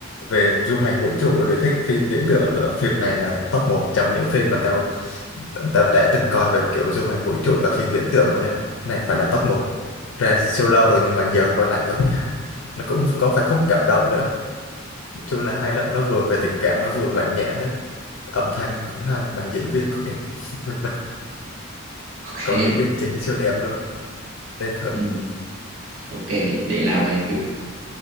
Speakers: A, on the left; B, on the right.
A: về du hành vũ trụ rồi thích phim viễn tưởng nữa phim này là top một trong những phim mà tao tao đã từng coi về kiểu du hành vũ trụ và phim viễn tưởng luôn đấy này phải là top một ra siêu lâu rồi nhưng mà giờ coi lại vẫn thấy hay nó cũng có phải khúc cảm động nữa chung là hay lắm nó vừa về tình cảm nó vừa mạnh mẽ nữa âm thanh cũng hay mà diễn viên cũng đẹp <laughs>
B: ok
A: coi diễn viên chính siêu đẹp luôn nên thử
B: ừ. ok để nào về thử